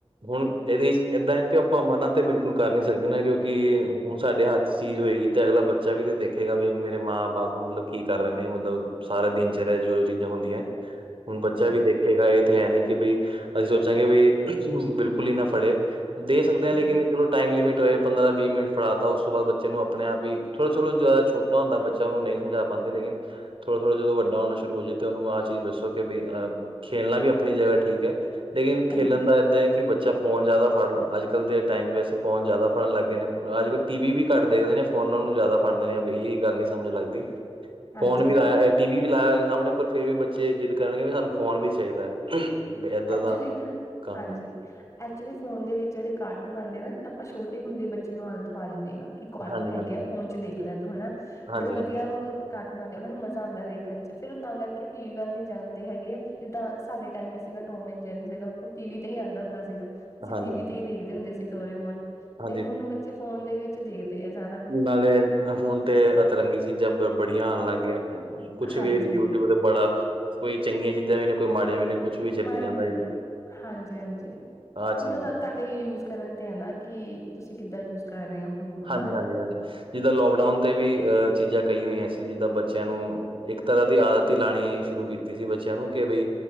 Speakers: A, on the right; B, on the left.
A: ਹੁਣ ਇਹਦੇ ਵਿੱਚ ਏਦਾਂ ਹੈ ਕਿ ਆਪਾਂ ਮਨਾ ਤੇ ਬਿਲਕੁਲ ਕਰ ਨੀ ਸਕਦੇ ਨਾ, ਕਿਉਂਕਿ ਹੁਣ ਸਾਡੇ ਹੱਥ ਚੀਜ਼ ਹੋਏਗੀ ਤੇ ਅਗਲਾ ਬੱਚਾ ਵੀ ਤੇ ਦੇਖੇਗਾ ਵੀ ਮੇਰੇ ਮਾਂ ਬਾਪ, ਮਤਲਬ ਕੀ ਕਰ ਰਹੇ ਨੇ ਮਤਲਬ ਸਾਰਾ ਦਿਨਚਰਿਆ ਜੋ ਚੀਜ਼ਾਂ ਹੁੰਦੀਆਂ, ਹੁਣ ਬੱਚਾ
B: ਹਾਂਜੀ
A: ਵੀ ਦੇਖੇਗਾ ਇਹ ਤੇ ਹੈ ਨ ਕਿ ਬਈ ਅਸੀਂ ਸੋਚਾਂਗੇ ਵੀ ਬਿਲਕੁਲ ਹੀ ਨਾ ਫੜੇ ਦੇ ਸਕਦੇ ਹਾਂ ਲੇਕਿਨ
B: ਜੀ
A: ਵੀ ਚਲੋ। ਟਾਈਮ ਲਿਮਿਟ ਹੋਏ ਪੰਦਰਾਂ ਵੀਹ ਮਿੰਟ ਫੜਾ ਤਾ, ਉਸ ਤੋਂ ਬਾਦ ਬੱਚੇ ਨੂੰ ਆਪਣੇ ਆਪ ਹੀ ਥੋੜਾ ਚਲੋੋ ਜ਼ਿਆਦਾ ਛੋਟਾ ਛੋਟਾ ਹੁੰਦਾ ਬੱਚਾ ਉਹਨੂੰ ਨਹੀਂ ਸਮਝਾ ਪਾਉਦੇ ਲੇਕਿਨ। ਥੋੜਾ ਥੋੜ੍ਹਾ ਜਦੋਂ ਵੱਡਾ ਹੋਣਾ ਸ਼ੁਰੂ ਹੋ ਜਾਏ ਤੇ ਉਹਨੂੰ ਚੀਜ਼ ਦੱਸੋ ਕਿ ਬਈ ਖੇਲਣਾ ਵੀ ਆਪਣੀ ਜ੍ਗਾ ਠੀਕ ਹੈ ਲੇਕਿਨ
B: ਹਾਂਜੀ
A: ਖੇਲਣ ਦਾ ਏਦਾਂ ਹੈ ਕਿ ਬੱਚਾ ਫੋਨ ਜ਼ਿਆਦਾ ਫੜ੍ਹਨ, ਅੱਜ ਕੱਲ੍ਹ ਦੇ ਟਾਈਮ ਵਿੱਚ ਫੋਨ ਜ਼ਿਆਦਾ ਫੜ੍ਹਨ ਲੱਗੇ ਗਏ ਨੇ ਅੱਜ ਕੱਲ੍ਹ ਟੀ ਵੀ ਘੱਟ ਦੇਖਦੇ ਨੇ ਫੋਨ ਨੂੰ ਜ਼ਿਆਦਾ ਫੜਦੇ ਨੇ, ਇਹ ਗੱਲ ਨਹੀਂ ਸਮਝ ਲੱਗਦੀ
B: ਹਾਂਜੀ
A: ਫੋਨ ਵੀ ਲਾਇਆ ਟੀ ਵੀ ਲਾਇਆ ਹੋਇਆ ਸਾਹਮਣੇ, ਪਰ ਫੇਰ ਵੀ ਬੱਚੇ ਜਿੱਦ ਕਰਨਗੇ ਸਾਨੂੰ ਫੋਨ ਵੀ ਚਾਹੀਦਾ ਹੈ। ਵੀ ਏਦਾਂ
B: ਐਕਚੁਲੀ
A: ਦਾ। ਕੰਮ
B: ਹਾਂਜੀ
A: ਹੈ।
B: ਐਕਚੁਲੀ ਫੋਨ ਦੇ ਵਿੱਚ ਜਿਹੜੇ ਕਾਰਟੂਨ ਆਉਂਦੇ ਆ ਨਾ, ਆਪਾਂ ਛੋਟੇ ਹੁੰਦੇ ਬੱਚੇ ਨੂੰ ਆਦਤ ਪਾ ਦਿੰਦੇ ਹਾਂ ਕਿ ਕਾਰਟੂਨ
A: ਹਾਂਜੀ,
B: ਹੈਗੇ
A: ਹਾਂਜੀ,
B: ਆ ਫੋਨ ਚ ਦੇਖ ਲੈ ਤੂੰ ਹਨਾ,
A: ਹਾਂਜੀ,
B: ਬੜੇ ਵਧੀਆ
A: ਹਾਂਜੀ,
B: ਉਹ ਕਾਰਟੂਨ ਆਉਂਦੇ ਉਹਨਾ ਨੂੰ ਮਜ਼ਾ ਆਉਂਦਾ ਦੇਖਣ ਚ, ਫਿਰ ਉਹ ਤਾਂ ਕਰਕੇ ਉਹ ਟੀ ਵੀ ਵੱਲ ਨ ਜਾਂਦੇ ਹੈਗੇ ਆ ਜਿੱਦਾਂ ਸਾਡੇ ਟਾਈਮ ਤੇ ਸੀਗਾ ਟੋਮ ਐਂਡ ਜੈਰੀ ਜਿਹੜ ਸੀਗਾ, ਉਹ ਟੀਵੀ ਤੇ ਆਉਂਦਾ ਹੁੰਦਾ ਸੀਗਾ ਅਸੀ
A: ਹਾਂਜੀ,
B: ਟੀਵ
A: ਹਾਂਜੀ,
B: ਤੇ ਹੀ ਦੇਖਦੇ ਹੁੰਦੇ ਸੀ ਡੋਰੇਮੋਨ
A: ਹਾਂਜੀ
B: ਤੇ ਹੁਣ ਬੱਚੇ ਫੋਨ ਦੇ ਵਿੱਚ ਦੇਖਦੇ ਆ ਜ਼ਿਆਦਾ
A: ਨਾਲੇ ਹੁਣ ਫੋਨ ਤੇ ਅਤਰੰਗੀ ਚੀਜ਼ਾਂ ਬ ਬੜੀਆਂ ਆਉਣ ਲੱਗ ਗਈਆ ਕੁਛ
B: ਹਾਂਜੀ।
A: ਵੀ ਯੂਟਿਊਬ ਤੇ ਬੜਾ ਕੋਈ ਚੰਗੀਆਂ ਚੀਜ਼ਾਂ ਵੀ ਨੇ ਕੋਈ ਮਾੜੀਆਂ ਵੀ ਨੇ ਕੁਛ ਵੀ ਚੱਲੀ
B: ਮਾੜੀਆਂ
A: ਜਾਂਦਾ
B: ਵੀ ਨੇ, ਹਾਂਜੀ ਹਾਂਜੀ
A: ਆਹ
B: ਉਹ
A: ਚੀਜ਼
B: ਤਾਂ
A: ਹੈ।
B: ਤੁਹਾਡੇ ਯੂਜ ਕਰਨ ਤੇ ਹੈ ਨਾ, ਕਿ ਤੁਸੀਂ ਕਿੱਦਾਂ ਯੂਜ ਕਰ ਰਹੇ ਹੋ ਫੋਨ ਨੂੰ
A: ਹਾਂਜੀ,
B: ਹਨਾ
A: ਹਾਂਜੀ, ਹਾਂਜੀ ਜਿੱਦਾਂ ਲੋਕਡਾਊਨ ਤੇ ਵੀ ਅ ਚੀਜ਼ਾਂ ਕਹੀ ਹੋਈਆਂ ਸੀ ਜਿੱਦਾਂ ਬੱਚਿਆਂ ਨੂੰ ਇੱਕ ਤਰ੍ਹਾਂ ਦੀ ਆਦਤ ਲਾਉਣੀ ਸ਼ੁਰੂ ਕੀਤੀ ਸੀ ਬੱਚਿਆਂ ਨੂੰ ਕਿ ਬਈ